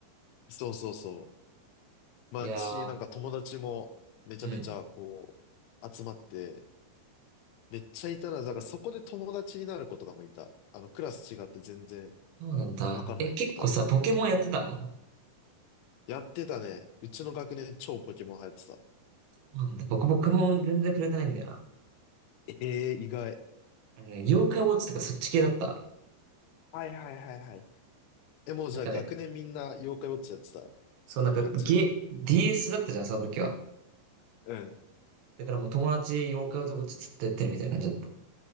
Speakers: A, on the left; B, on the right.
A: そうそうそう。まあ、
B: いやー、
A: し、なんか友達もめちゃめちゃこう、
B: うん。
A: 集まって、めっちゃいたな。だからそこで友達になる子とかもいた。あの、クラス違って全然
B: そうなんだ。
A: わかんない子とかでも。
B: え、結構さ、ポケモンやってたの
A: やってたね。うちの学年超ポケモン流行ってた。
B: なんだ、僕、ポケモン全然触れてないんだよな。
A: ええー、意外。
B: あのね、妖怪ウォッチとかそっち系だった。
A: はいはいはいはい。え、もうじゃあ学年みんな妖怪ウォッチやってた。
B: なんかね、そう、なんか、
A: 友達。
B: ゲ、DS だったじゃん、その時は。
A: うん。
B: だからもう友達、妖怪ウォッチずっとやってるみたいな感じだった。